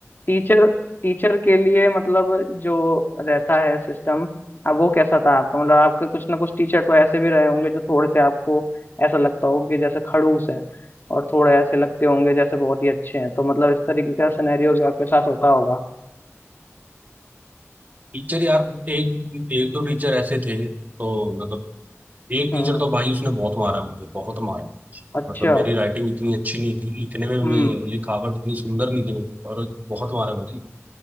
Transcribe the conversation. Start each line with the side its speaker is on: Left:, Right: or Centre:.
Left: टीचर टीचर के लिए मतलब जो रहता है सिस्टम अब वो कैसा था आपका मतलब आपके कुछ ना कुछ टीचर तो ऐसे भी रहे होंगे जो थोड़े से आपको ऐसा लगता हो कि जैसे खड़ूस है और थोड़े ऐसे लगते होंगे जैसे बहुत ही अच्छे हैं तो मतलब इस तरीके का सिनेरियो भी आपके साथ होता होगा
Right: टीचर यार एक एक दो टीचर ऐसे थे तो मतलब एक
Left: हम्म
Right: टीचर तो भाई उसने बहुत मारा मुझे बहुत मारा
Left: अच्छा
Right: मतलब मेरी राइटिंग इतनी अच्छी नहीं थी लिखने में
Left: हम्म
Right: मैं- लिखावट इतनी सुंदर नहीं थी मेरी, और बहुत मारा मुझे